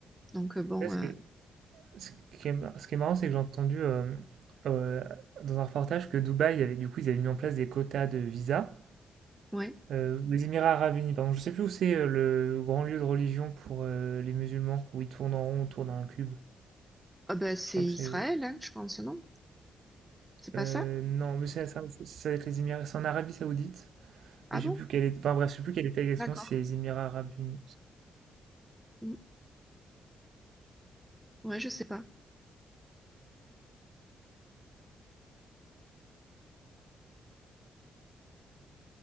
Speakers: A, in the centre; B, on the right (about 70°).
A: donc euh, bon
B: Là, ce
A: euh,
B: qui est, ce qui est mar- ce qui est marrant, c'est que j'ai entendu euh, euh, dans un reportage que Dubaï, avait, du coup, ils avaient mis en place des quotas de visa.
A: ouais
B: Euh, les Émirats Arabes Unis, pardon. Je sais plus où c'est euh, le grand lieu de religion pour euh, les musulmans, où ils tournent en rond autour d'un cube.
A: ah ben c'est
B: Je crois
A: Israël
B: que c'est.
A: hein, je pense non c'est pas
B: euh,
A: ça
B: non, mais c'est ça, c'est- ça va être les Émirats. C'est en Arabie Saoudite.
A: ah
B: Mais je
A: bon
B: sais plus quelle est. Enfin bref, je sais plus quelle était exactement
A: d'accord
B: si c'est les Émirats Arabes Unis.
A: Mm. ouais je sais pas